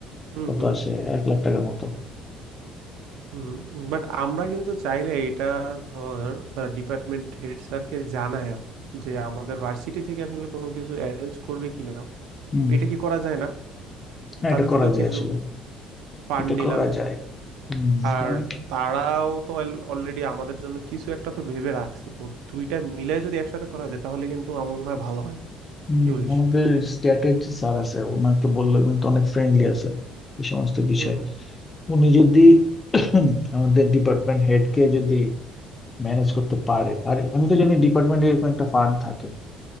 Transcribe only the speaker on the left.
কত
আসে এক লাখ টাকার মতো
হম
হ্যাঁ
এটা করা
যায়
আসলে
এটা
করা যায় হম
তোমার কি-
হুম,
আমাদের স্ট্যাটের যে স্যার আছে ওনাকে বললে উনি তো অনেক ফ্রেন্ডলি আছে এই সমস্ত বিষয়
উনি যদি <coughs> <clears throat> আমাদের ডিপার্টমেন্ট হেড কে যদি ম্যানেজ করতে পারে আর আমি তো জানি ডিপার্টমেন্টে এরকম একটা ফান্ড থাকে,